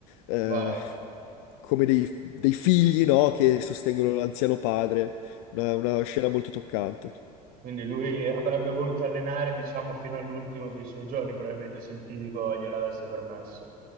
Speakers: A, on the left (about 60°); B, on the right (about 45°).
A: eh,
B: Wow.
A: come dei, dei figli, no, che sostengono l'anziano padre. Una, una scena molto toccante.
B: Quindi lui avrebbe voluto allenare, diciamo, fino all'ultimo dei suoi giorni, probabilmente se il fisico gliel'avesse permesso.